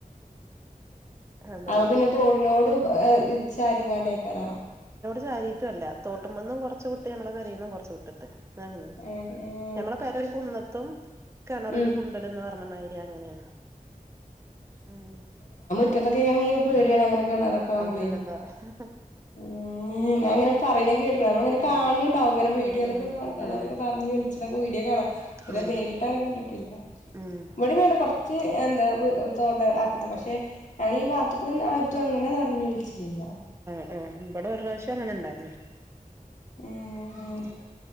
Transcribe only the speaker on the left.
അവപിന്നെ
തോടിനോട് ചാരിങ്ങാണ്ടയ്ക്കാരം
ഏഹ് ഏഹ്
ഉം
<unintelligible> ട്ട്യാണങ്ങനെ കെണാറൊക്കാവുമ്പളെ
മ് മ് ഞാൻ ഇങ്ങനെ പറിണെ കേ നമ്മളിങ്ങനെ കാണ്
ണ് ണ്ടാകും ഇങ്ങനെ വീടിയോലക്കെ
<unintelligible>
പർഞ്ഞ് വിൾച്ച വീഡിയോ കാണാൻ ഇവരെ
നേരിട്ട് അവരെ കണ്ടിട്ടില്ല
ഇവിടി ന്നന്നെ കൊർച്ച് എന്താ വ് ത്തോടെ അ അത പക്ഷെ ഞങ്ങള് ഈ ഭാഗത്തു കൂടെ ഒന്ന് അര്തും അങ്ങനെ നർഞ്ഞൊൽച്ച് ലില്ല
ഏഹ്